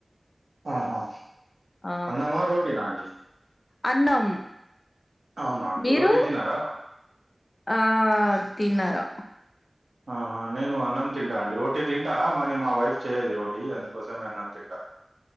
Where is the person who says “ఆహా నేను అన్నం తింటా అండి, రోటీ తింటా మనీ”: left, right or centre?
Right